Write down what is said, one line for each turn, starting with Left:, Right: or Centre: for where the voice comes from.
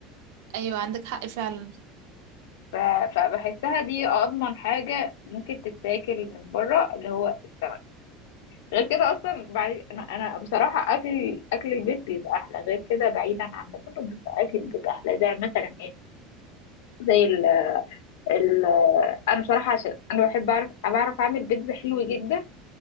Right: ايوه عندك حق فعلا
Left: ف- فبحسها دي اضمن حاجه ممكن تتاكل من بره اللي هو السمك غير كده اصلا بعد انا أنا بصراحه اكل اكل البيت بيبقى احلى غير كده بعيدا عن ده كله بيبقى اكل البيت احلى زي مثلا ايه زي ال ال انا بصراحه عشان انا بحب اعرف بعرف اعمل بيتزا حلو جدا